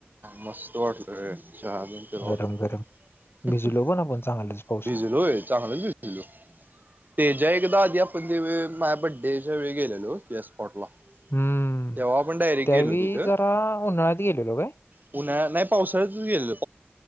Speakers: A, on the right; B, on the left.
A: मस्त वाटलं रे चहा तेन पिला वाटतं.
B: गरम गरम भिजलो पण आपण चांगलंच पावसात
A: भिजलोय चांगलच भिजलोय तेज्या एकदा आधी पण ते माझ्या बड्डेच्या वेळी गेलेलो या स्पॉट ला
B: हम्म
A: तेव्हा आपण डायरेक्ट
B: त्यावेळी
A: गेलो तिथं
B: जरा उन्हाळ्यात गेलेलो काय
A: पुन्हा नाही पावसाळ्यातच गेलो.